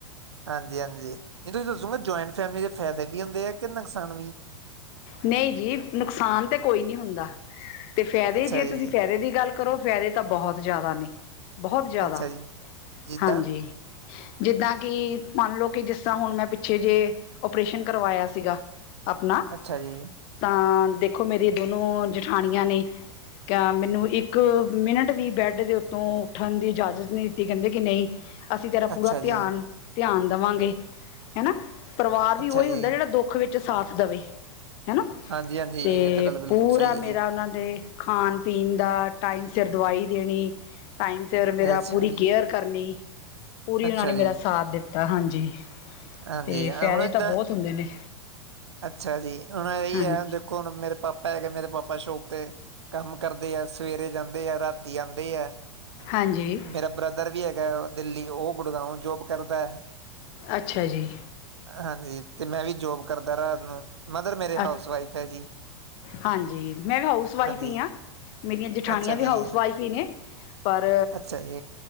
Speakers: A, on the right; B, on the left.
A: ਹਾਂਜੀ ਹਾਂਜੀ। ਜਿੱਦਾਂ ਤੁਸੀਂ ਦੱਸੋਗੇ, ਜੁਆਇੰਟ ਫੈਮਿਲੀ ਦੇ ਫਾਇਦੇ ਵੀ ਹੁੰਦੇ ਆ ਕਿ ਨੁਕਸਾਨ ਵੀ?
B: ਨਹੀਂ ਜੀ, ਨੁਕਸਾਨ ਤੇ ਕੋਈ ਨੀ ਹੁੰਦਾ, ਤੇ ਫਾਇਦੇ
A: ਅੱਛਾ
B: ਜੇ ਤੁਸੀਂ
A: ਜੀ,
B: ਫਾਇਦੇ ਦੀ ਗੱਲ ਕਰੋ ਫਾਇਦੇ ਤਾਂ ਬਹੁਤ ਜ਼ਿਆਦਾ ਨੇ, ਬਹੁਤ ਜ਼ਿਆਦਾ
A: ਅੱਛਾ ਜੀ, ਜਿੱਦਾਂ
B: ਹਾਂਜੀ। ਜਿੱਦਾਂ ਕਿ ਮੰਨ ਲਓ ਕਿ ਜਿਸ ਤਰ੍ਹਾਂ ਹੁਣ ਮੈਂ ਪਿੱਛੇ ਜੇ ਔਪਰੇਸ਼ਨ ਕਰਵਾਇਆ ਸੀਗਾ- ਆਪਣਾ।
A: ਅੱਛਾ ਜੀ।
B: ਤਾਂ, ਦੇਖੋ ਮੇਰੀ ਦੋਨੋ ਜਠਾਣੀਆਂ ਨੇ ਕਿਆ, ਮੈਨੂੰ ਇੱਕ ਮਿੰਟ ਵੀ ਬੈੱਡ ਦੇ ਉੱਤੋਂ ਉੱਠਣ ਦੀ ਇਜਾਜ਼ਤ ਨਹੀਂ ਦਿੱਤੀ, ਕਹਿੰਦੇ ਕਿ ਨਹੀਂ ਅਸੀਂ ਤੇਰਾ
A: ਅੱਛਾ
B: ਪੂਰਾ
A: ਜੀ।
B: ਧਿਆਨ ਧਿਆਨ ਦਵਾਂਗੇ ਹੈਨਾ। ਪਰਿਵਾਰ ਵੀ
A: ਅੱਛਾ
B: ਉਹੀ
A: ਜੀ,
B: ਹੁੰਦਾ ਜਿਹੜਾ ਦੁੱਖ ਵਿੱਚ ਸਾਥ ਦਵੇ। ਹੈਨਾ,
A: ਹਾਂਜੀ-ਹਾਂਜੀ
B: ਤੇ
A: ਇਹ ਤਾਂ ਗੱਲ ਬਿਲਕੁਲ
B: ਪੂਰਾ
A: ਸਹੀ ਹੈ ਜੀ,
B: ਮੇਰਾ ਉਹਨਾਂ ਦੇ ਖਾਣ ਪੀਣ ਦਾ, ਟਾਈਮ ਸਿਰ ਦਵਾਈ ਦੇਣੀ, ਟਾਈਮ ਸਿਰ ਮੇਰਾ
A: ਅੱਛਾ
B: ਪੂਰੀ
A: ਜੀ।
B: ਕੇਅਰ ਕਰਨੀ। ਪੂਰੀ
A: ਅੱਛਾ
B: ਉਹਨਾਂ ਨੇ ਮੇਰਾ
A: ਜੀ,
B: ਸਾਥ ਦਿੱਤਾ, ਹਾਂਜੀ
A: ਹਾਂਜੀ
B: ਤੇ
A: ਹੁਣ
B: ਫੈਦੇ
A: ਏਦਾਂ
B: ਤਾਂ ਬਹੁਤ ਹੁੰਦੇ ਨੇ।
A: ਅੱਛਾ ਜੀ, ਹੁਣ ਇਹੀ
B: ਹਾਂਜੀ
A: ਏ ਹੁਣ ਦੇਖੋ ਹੁਣ ਮੇਰੇ ਪਾਪਾ ਹੈਗੇ, ਮੇਰੇ ਪਾਪਾ ਸ਼ੋਪ ਤੇ ਕੰਮ ਕਰਦੇ ਆ, ਸਵੇਰੇ ਜਾਂਦੇ ਆ, ਰਾਤੀ ਆਂਦੇ ਐ।
B: ਹਾਂਜੀ
A: ਮੇਰਾ ਬ੍ਰਦਰ ਵੀ ਹੈਗਾ ਦਿੱਲੀ, ਉਹ ਗੁੜਗਾਉ ਜੋਬ ਕਰਦਾ।
B: ਅੱਛਾ ਜੀ।
A: ਹਾਂਜੀ, ਤੇ ਮੈਂ ਵੀ ਜੋਬ ਕਰਦਾ ਰਾਤ ਨੂੰ, ਮਦਰ ਮੇਰੇ ਹਾਊਸ
B: ਅੱ
A: ਵਾਈਫ ਐ ਜੀ।
B: ਹਾਂਜੀ, ਮੈਂ ਵੀ ਹਾਊਸ ਵਾਈਫ਼
A: ਹਾਂਜੀ
B: ਹੀ ਆ, ਮੇਰੀਆਂ ਜਠਾਣੀਆਂ
A: ਅੱਛਾ
B: ਵੀ
A: ਜੀ
B: ਹਾਊਸ ਵਾਈਫ਼ ਹੀ ਨੇ। ਪਰ,
A: ਅੱਛਾ ਜੀ